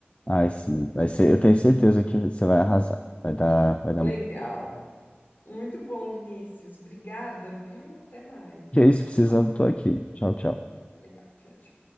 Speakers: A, on the left; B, on the left.
A: Ai, sim. Vai ser, eu tenho certeza que você vai arrasar. Vai dar, vai dar
B: Legal.
A: muito.
B: Muito bom, Vinícius. Obrigada, viu? Até mais.
A: Que é isso, precisando, tô aqui. Tchau, tchau.
B: Tá legal. Tchau, tchau.